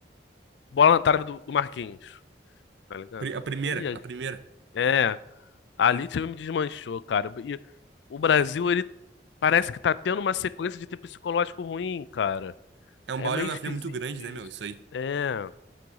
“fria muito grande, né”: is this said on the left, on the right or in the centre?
Right